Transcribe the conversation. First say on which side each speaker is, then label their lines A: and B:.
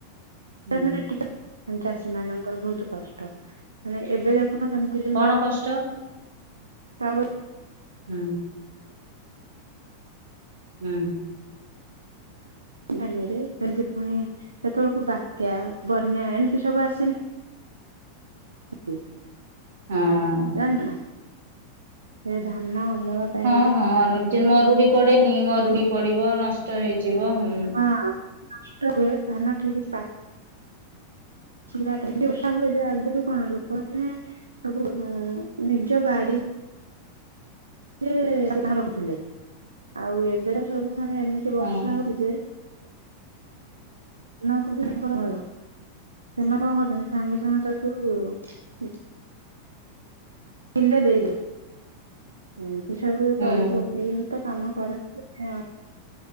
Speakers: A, on the right (about 60°); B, on the right (about 75°).
A: ହୁଁ
B: ମାନେ ଟିକେ ଉଁ ଚାଷୀ ମାନଙ୍କର ବହୁତୁ କଷ୍ଟ ମାନେ ଏବେ ଦେ ଦେଖୁନ ଯେମିତି ଯେମିତି
A: କଣ
B: କା
A: କଷ୍ଟ
B: ତା ବୋ
A: ହୁଁ। ହୁଁ।
B: ଟାଇମରେ ସେମିତି ପୁଣି ସେତେବେଳକୁ ବାତ୍ୟା ବନ୍ୟା ଏମିତି ସବୁ ଆସେନି। ଉ
A: ହଁ।
B: ଜାଣିଚୁ ନା ସେ ଧାନ ଅମଳ ଟାଇମରେ
A: ହଁ ହଁ ଅନ ଚି ନ ମ ରୁଡି ପଡେନି
B: ସେତେବେଳକୁ
A: ମରୁଡି ପଡିବ ନଷ୍ଟ ହେଇଯିବ ହୁଁ।
B: ହଁ ନଷ୍ଟ ହୁଏ ଧାନ ଠିକି ପା। ଚିଲା ଟାଇମ ରେ ବର୍ଷା ହୁଏ ଯେ ଆଗରୁ କଣ ଲୋକମାନେ ସବୁ ଉଁ ନିଜ ବାଡି। ସେ ଧାନ ରଖୁଥିଲେ ଆଉ ଏବେ ତ ସବୁ ମାନେ ଏମିତି ବର୍ଷା
A: ହଁ
B: ହଉଚି ନଁ କୁ ବି ତାଙ୍କର ଭୟ ସେମାନେ କଣ କରିଚ ନ୍ତି ସାଙ୍ଗେ ସାଙ୍ଗେ ତାକୁ କିଣିଲେ ଦେଇଦବୁ ଏମିତି ସବୁ
A: ହୁଁ
B: କରି ପକେଇଲି ତ କାମ ପଣସ ଖିଆ